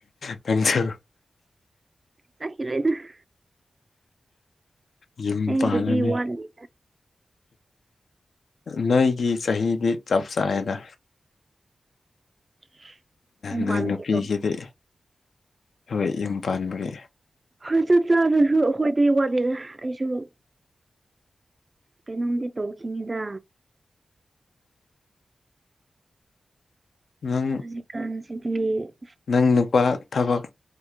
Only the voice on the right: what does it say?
ꯆꯠꯈꯤꯔꯣꯏꯗ ꯅꯪꯁꯨ
ꯑꯩꯕꯨꯗꯤ
ꯋꯥꯠꯂꯤ
<inaudible>
ꯄꯥꯟꯕꯒꯤꯗꯣ
ꯍꯣꯏ ꯆꯞ ꯆꯥꯕꯖꯨ ꯑꯈꯣꯏꯇꯤ ꯋꯥꯠꯂꯤꯗ ꯑꯩꯁꯨ ꯑꯁ ꯀꯩꯅꯣꯝꯗꯤ ꯇꯧꯈꯤꯅꯤꯗ
ꯍꯧꯖꯤꯛꯀꯥꯟꯁꯤꯗꯤ